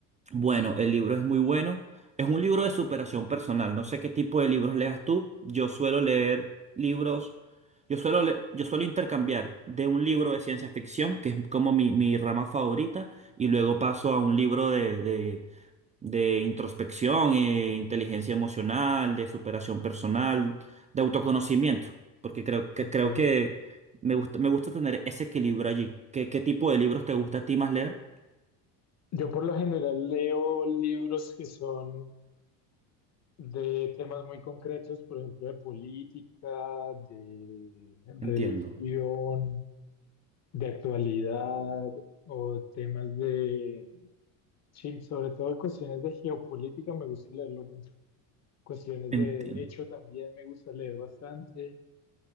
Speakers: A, on the right (about 20°); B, on the left (about 40°).
A: bueno, el libro es muy bueno. Es un libro de superación personal. No sé qué tipo de libros leas tú. Yo suelo leer libros. Yo suelo, le- yo suelo intercambiar de un libro de ciencia ficción, que es como mi, mi rama favorita, y luego paso a un libro de de introspección, eh, inteligencia emocional, de superación personal, de autoconocimiento, porque creo que,
B: Okay.
A: creo que me gusta, me gusta tener ese equilibrio allí. ¿Qué, qué tipo de libros te gusta a ti más leer?
B: Yo por lo general leo libros que son de temas muy concretos, por ejemplo, de política, de religión,
A: Entiendo,
B: de actualidad o temas de, sí, sobre todo cuestiones de geopolítica, me gusta leerlo mucho. Cuestiones
A: entiendo.
B: de derecho también me gusta leer bastante.